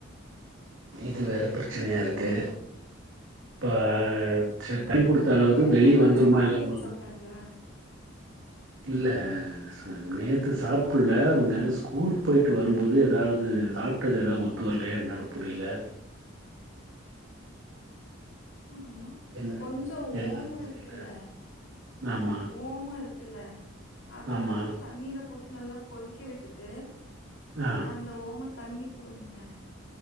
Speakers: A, on the right; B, on the left.
A: இது வேற பிரச்சனயா இருக்கு இப்ப அ செ தண்ணி குடுத்தாலாவது
B: நேத்து
A: வெளிய
B: ஏதாச்சும்
A: வந்துருமா
B: நான்வெஜ்
A: இல்லமானா
B: சாப்ட்டாங்களா?
A: இல்ல <unintelligible> நேத்து சாப்புல்ல அவுங்க ஸ்கூல் போயிட்டு வரும்போது எதாவது சாப்ட்டது எதா ஒத்து வர்லையா என்னனு புரியில
B: ஆமா
A: என்ன
B: கொஞ்ச
A: என்னன்னு
B: ஓமொ
A: தெரியல
B: இருக்குல்ல
A: ஆமா
B: ஓமொ இருக்குல்ல அத
A: ஆமா
B: வந்து தண்ணில போட் டு நல்லா கொதிக்க விட்டுட்டு
A: ஆ
B: அந்த ஓம தண்ணி குடுங்கங்க